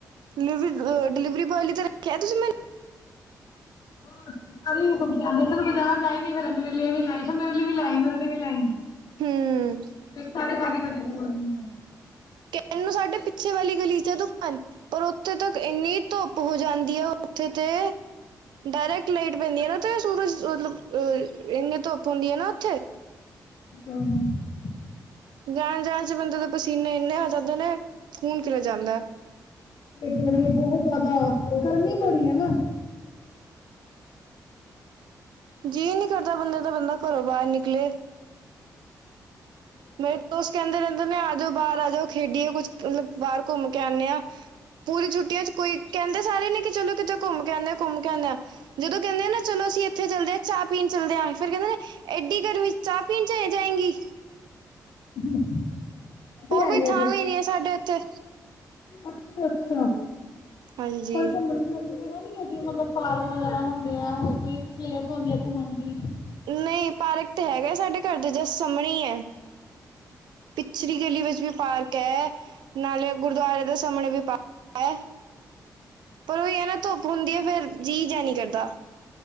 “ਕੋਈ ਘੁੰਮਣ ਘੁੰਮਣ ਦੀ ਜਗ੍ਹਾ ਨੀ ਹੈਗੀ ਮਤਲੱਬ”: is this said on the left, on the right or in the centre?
Left